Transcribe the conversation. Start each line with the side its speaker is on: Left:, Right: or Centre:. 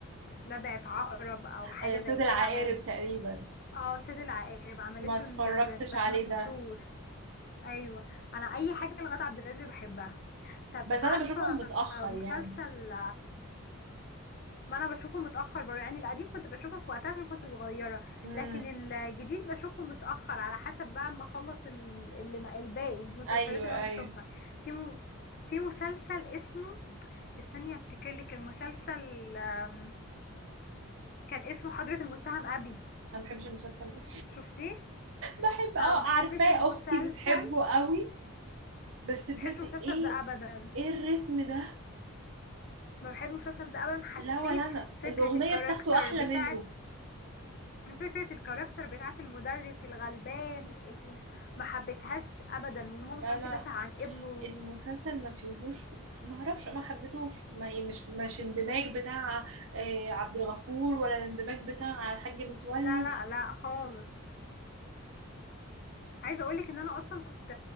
Left: لدغت عقرب او حاجه
Right: آه، سيد
Left: زي كده
Right: العقارب
Left: عمل
Right: تقريبا
Left: اه سيد العقارب عملته
Right: ما اتفرجتش
Left: ال... بس
Right: عليه
Left: ما شفتوش
Right: ده
Left: ايوه انا اي حاجه لغادة عبد الرازق بحبها طب
Right: بس
Left: عارفه
Right: انا بشوفه متأخر
Left: مسلسل
Right: يعني
Left: ما انا بشوفه متاخر برضه يعني القديم كنت بشوفه في وقتها عشان كنت صغيره
Right: امم
Left: لكن الجديد بشوفه متاخر على حسب بقى ما اخلص ال- اللي ما- الباقي المسلسلات
Right: ايوه
Left: اللي
Right: ايوه
Left: انا بشوفها في م... في مسلسل اسمه استني افتكر لك المسلسل آم، كان اسمه حضرة المتهم ابي
Right: انا ما بحبش المسلسل ده
Left: شفتيه
Right: بحب
Left: انا
Right: اه
Left: ما بحبش
Right: عارفاه
Left: المسلسل
Right: اختي بتحبه قوي بس بجد
Left: ما بحبش المسلسل
Right: ايه
Left: ده ابدا
Right: ايه الريتم ده
Left: ما بحبش المسلسل ده ابدا حسيت
Right: لا ولا انا
Left: فكرة
Right: الاغنية
Left: الكاركتر
Right: بتاعته احلى
Left: بتاعت
Right: منه
Left: فكرة الكاركتر بتاعت المدرس الغلبان اللي مش ما حبيتهاش ابدا وان هو مش
Right: لا
Left: عارف
Right: لا
Left: يدافع عن ابنه
Right: المسلسل ما فيهوش ما اعرفش ما حبيتهوش ما مش مش اندماج بتاع آه، عبد الغفور ولا الاندماج بتاع الحاج متولي
Left: لا لا لا خالص عايزة اقولك ان انا اصلا كنت